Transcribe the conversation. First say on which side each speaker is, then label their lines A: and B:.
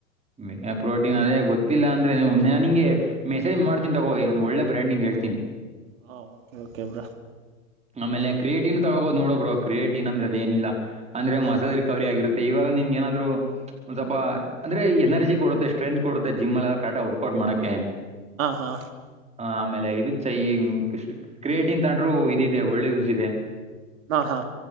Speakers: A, on the right; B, on the right.
A: ವೆಹೆ ಪ್ರೋಟೀನ್ ಅದೇ ಗೊತ್ತಿಲ್ಲ ಅಂತ ಂದ್ರೆ ನನ್ ನಿಂಗೆ ಮೆಸೇಜ್ ಮಾಡ್ತೀ ತಗೋ ಒಂದ್ ಒಳ್ಳೆ ಬ್ರ್ಯಾಂಡ್ ಇ ಹೇಳ್ತೀನಿ
B: ಹಾ ಓಕೆ ಓಕೆ ಬ್ರೋ
A: ಆಮೇಲೆ ಕ್ರಿಯೇಟನ್ ತಗೋಬಹೋ ನೋಡೋಬ್ರೋ ಕ್ರಿಯೇಟಿನ್ ಅಂದ್ರೆದ ಏನಿಲ್ಲ ಅಂದ್ರೆ
B: ಹಾ
A: ಮಸದ ರಿಕವರಿ ಆಗಿರುತ್ತೆ ಇವಾಗ ನಿಂಗೆ ಏನಾದ್ರು ಒಂದ್ ಸ್ವಲ್ಪ ಅಂದ್ರೆ ಎನರ್ಜಿ ಕೊಡುತ್ತೆ ಸ್ಟ್ರೆಂತ್ ಕೊಡುತ್ತೆ ಜಿಮ್ಮಲೆಲ್ಲ ಕರೆಕ್ಟಾಗಿ ವರ್ಕ್ಔಟ್ ಮಾಡಕೆ
B: ಹಾ ಹಾ
A: ಆಮೇಲೆ ಇದ ಚೈ ಕಷ್ಟ ಕ್ರಿಯೇಟಿನ್ ತಗೊಂಡರು ಇದದೆ ಒಳ್ಳೆ ಯೂಸ್ ಇದೆ
B: ಹಾ ಹಾ